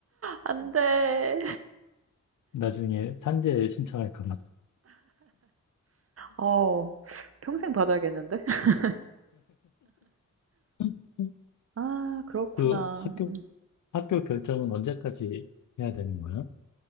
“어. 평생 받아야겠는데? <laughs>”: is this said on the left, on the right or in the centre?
Right